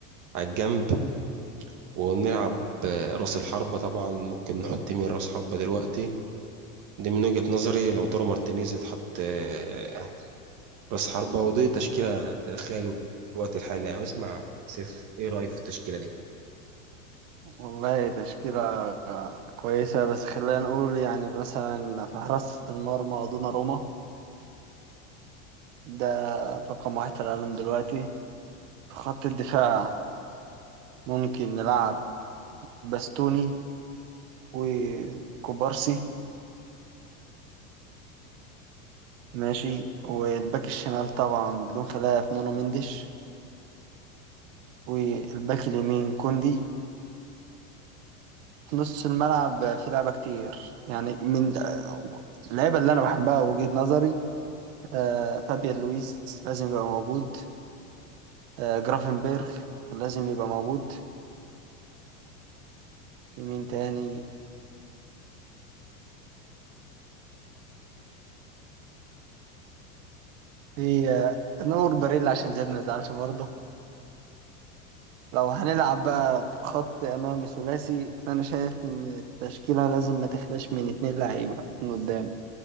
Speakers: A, on the right; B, on the right.
A: على الجنب ونلعب آه، راس الحربة طبعا ممكن نحط مين راس حربة دلوقتي دي من وجهة نظري لو تارو مارتينيز يتحط آه، راس حربة ودي تشكيلة تاريخية للوقت الحالي يعني اسمع سيف ايه رأيه في التشكيلة دي؟
B: والله تشكيلة كويسة بس خلينا نقول يعني مثلا في حراسة المرمى دوناروما ده رقم واحد في العالم دلوقتي في خط الدفاع ممكن نلعب باستوني وكوبارسي ماشي والباك الشمال طبعا بدون خلاف نونو مندش والباك اليمين كوندي في نص الملعب في لعبة كتير يعني من اللعيبة اللي أنا بحبها وجهة نظري آه فابيان لويز لازم يبقى موجود آه جرافنبرغ لازم يبقى موجود في مين تاني في آه نور باريلا عشان زياد ما يزعلش برضه لو هنلعب بقى بخط أمامي ثلاثي فأنا شايف إن التشكيلة لازم ما تخلاش من اتنين لعيبة من قدام